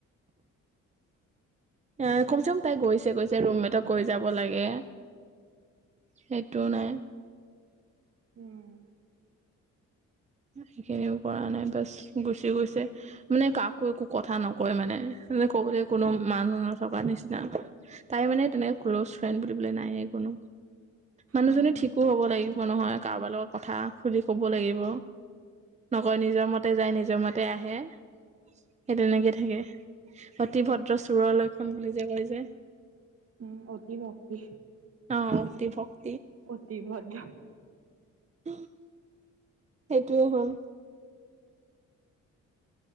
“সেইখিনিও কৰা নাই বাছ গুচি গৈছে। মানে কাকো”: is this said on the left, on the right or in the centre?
Right